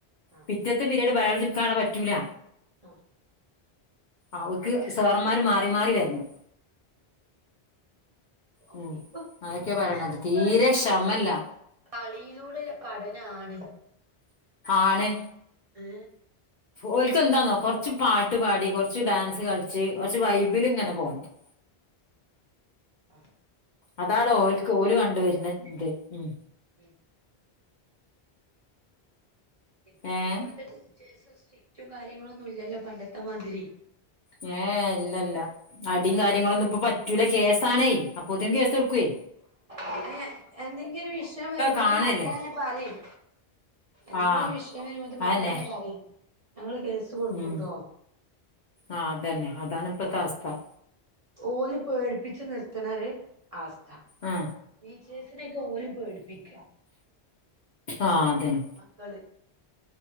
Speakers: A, on the right; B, on the left.
A: ആഹ്
B: പിറ്റത്തെ പിരീഡ് ബയോള്ജിട്ക്കാനവ്ടെ പറ്റൂല
A: ആഹ്
B: ആഹ് ഓർക്ക് സാറ്മ്മാര് മാറി മാറി വെർണം <inaudible>
A: ഒക്കെ
B: ഉം
A: ഇപ്പം
B: അതൊക്കെ
A: ക്ലാസ്സുകളന്നെ
B: പറണത് തീരെ ഷെമല്ല
A: കളിയിലൂടെള്ള പഠനാണ്
B: ആണ്
A: ഏ
B: ഓൽക്ക് എന്താന്നോ കൊർച്ച് പാട്ട് പാടി കൊർച്ച് ഡാൻസ് കള്ച്ച് കൊർച്ച് വൈബിലിങ്ങനെ പോണം <inaudible>
A: ആഹ്
B: അതാടോ
A: അതന്നെ
B: ഓൽക്ക്
A: എല്ലാ
B: ഓല്
A: മക്കളേം
B: കണ്ട്
A: അവസ്ഥ
B: വർന്ന ത് ഉം
A: ഉം പ്പ്
B: ഏഹ്
A: ഇപ്പത്തെ ടീച്ചേഴ്സ് സ്ട്രിക്റ്റും കാര്യങ്ങളൊന്നുല്ല്യലൊ പണ്ടത്തെ മാതിരി
B: ങേ ഇല്ലല്ല അടിം കാര്യങ്ങളൊന്നുപ്പ
A: പണ്ടൊ
B: പറ്റൂല കേസാണേ അപ്പൊത്തിനും കേസ് സൊട്ക്ക്വേ
A: അയ്യെ ന്തെങ്കിലും വിഷയം വരുമ്പോത്
B: കാണല്ലേ
A: മക്കളന്നെ പറയും ന്തെങ്കിലു
B: ആ
A: വിഷയം വരുമ്പോത് മക്കളന്നെ
B: അതന്നെ
A: പറയും ഞങ്ങള് കേസ് കൊടുക്കൂട്ടോ
B: ഉം ആഹ് അതന്നെ അതാണ്പ്പത്തെ
A: ആഹ്
B: അവസ്ഥ
A: ഓല് പേട്പ്പിച്ച് നിർത്ത്ണൊര് അവസ്ഥ
B: ആ
A: ടീച്ചേഴ്സ്‌നെക്കെ ഓല് പേട്പ്പ്ക്ക
B: ആഹ് അതന്നെ
A: മക്കള്